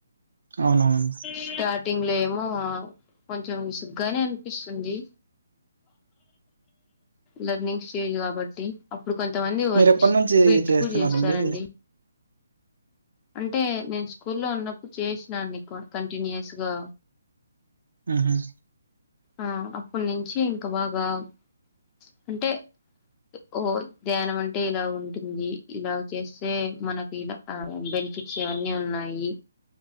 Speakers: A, on the right; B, on the left.
A: అవునవును
B: స్టార్టింగ్ లో ఏమో కొంచెం విసుగ్గానే అనిపిస్తుంది లర్నింగ్స్ స్టేజ్ కాబట్టి అప్పుడు కొంతమంది వచ్
A: మీరు ఎప్పటి నుంచి
B: స్వీట్
A: చేస్తున్నారండి
B: కూడా చేస్తారండి అంటే నేను స్కూల్లో ఉన్నప్పుడు చేసినా అండి క కంటిన్యూస్ గా
A: మ్ హ్మ్
B: ఆ అప్పున్నుంచి ఇంకా బాగా ప్చ్ అంటే ఓ ధ్యానం అంటే ఇలా ఉంటుంది ఇలా చేస్తే మనకి ఇలా ఆ బెనిఫిట్స్ ఇవన్నీ ఉన్నాయి